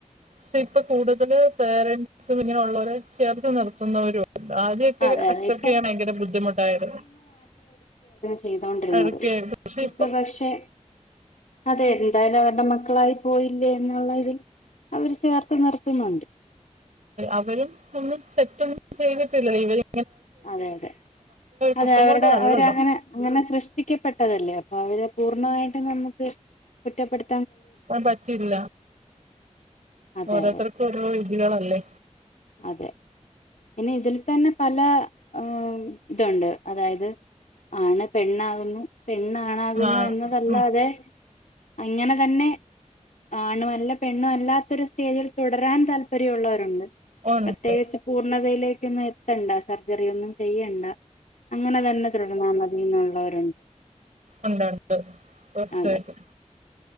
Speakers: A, on the right; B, on the left.
A: പക്ഷെ ഇപ്പൊ കൂടുതല് പേരന്സും ഇങ്ങനെുള്ളവരെ ചേർത്ത് നിർത്തുന്നവരുവ ആദ്യൊക്കെ
B: അതെ അതെ
A: അക്സെപ്റ്റ്
B: ഇപ്പൊ
A: ചെയ്യാൻ ഭയങ്കര ബുദ്ധിമുട്ടായിരുന്നു
B: ചെയ്തൊണ്ടിരുന്നത്
A: അതൊക്കെ പക്ഷെ
B: ഇപ്പൊ
A: ഇപ്പം
B: പക്ഷെ അതെ എന്തായാലും അവരുടെ മക്കളായി പോയില്ലേ എന്നുള്ള ഇതിൽ അവര് ചേർത്ത് നിർത്തുന്നുണ്ട്
A: അവരും ഒന്നും തെറ്റൊന്നും ചെയ്തിട്ടില്ല ഇവര്
B: അതെ അതെ അതെ
A: കുറ്റം
B: അവരുടെ
A: കൊണ്ടല്ലല്ലോ
B: അവരങ്ങനെ അങ്ങനെ സൃഷ്ടിക്കപ്പെട്ടതല്ലേ അവരെ പൂർണ്ണമായിട്ടും നമുക്ക് കുറ്റപ്പെട്
A: അത് പറ്റില്ല
B: അതെ
A: ഓരോര്ത്തർക്കു
B: അതെ
A: ഓരോ രീതികളല്ലേ?
B: അതെ. പിന്നെ ഇതിൽ തന്നെ പല ആ ഇതുണ്ട് അതായത് ആണ് പെണ്ണാകുന്നു പെണ്ണാണാകുന്നു
A: ആ,
B: എന്നതല്ലാതെ.
A: ഉം,
B: അങ്ങനെ തന്നെ ആണും അല്ല പെണ്ണും അല്ലാത്തൊരു സ്റ്റേജിൽ തുടരാൻ താൽപര്യുള്ളവരുണ്ട്
A: ഉണ്ട്
B: പ്രത്യേകിച്ച് പൂർണതയിലേ ക്ക് എത്തണ്ട സർജറി ഒന്നും ചെയ്യണ്ട അങ്ങനെ തന്നെ തുടർന്നാൽ മതിന്നുള്ളര്.
A: ഉണ്ടട്ത്ത് തീർച്ചയായിട്ട്.
B: അതെ